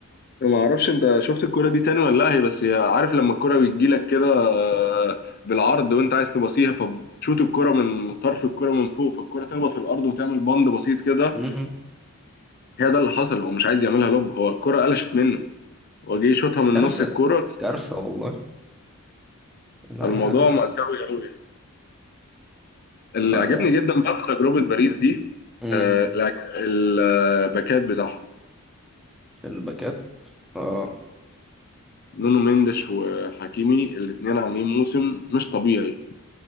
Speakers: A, on the left; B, in the centre.
A: ما اعرفش انت شفت الكرة دي تاني ولا لا هي بس هي عارف لما الكرة بتجيلك كده آه، بالعرض وانت عايز تباصيها فبتشوت الكرة من طرف الكرة من فوق فالكرة تخبط في الارض وتعمل بند بسيط كده
B: امم
A: هي ده اللي حصل هو مش عايز يعملها لوب هو الكرة قلشت منه هو جه يشوطها من
B: كارثة
A: نص الكرة
B: كارثة والله لا
A: فالموضوع
B: يا
A: مأساوي قوي اللي
B: لا
A: عجبني جدا بقى في تجربة باريس دي
B: يعني
A: آه، الع- الباكات بتاعهم
B: الباكات اه
A: نونو مينديش وحكيمي الاثنين عاملين موسم مش طبيعي